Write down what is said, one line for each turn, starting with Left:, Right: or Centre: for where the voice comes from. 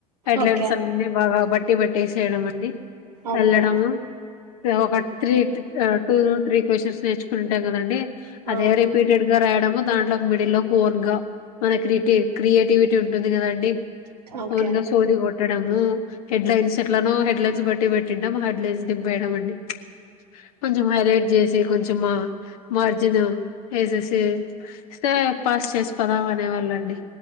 Left: హెడ్లైన్స్
Right: ఓకే
Left: అన్ని బాగా బట్టి పట్టి పెట్టేసయడం అండి
Right: ఓకే
Left: వెళ్ళడము. ఓ cut three two three questions న్స్ నేర్చుకోని ఉంటాం కదా అండి. అదే
Right: ఆ
Left: రిపీటెడ్ గా రాయడము దాంట్లో ఒక మిడిల్ లో కోఓన్ గా మన క్రిటి క్రియేటివిటీ ఉంటుంది కదాండి.
Right: ఓకే
Left: అవున్గా సోది కొట్ట హెడ్లైన్స్ ఎట్లానో హెడ్లైన్స్ బట్టి పెట్టి హెడ్లైన్స్ రా యండి కొంచెం హైలైట్ చేసి కొంచెం మార్జిన్ వేే స <unintelligible> పాస్ చేసి పోదాం అనేవాళ్ళండి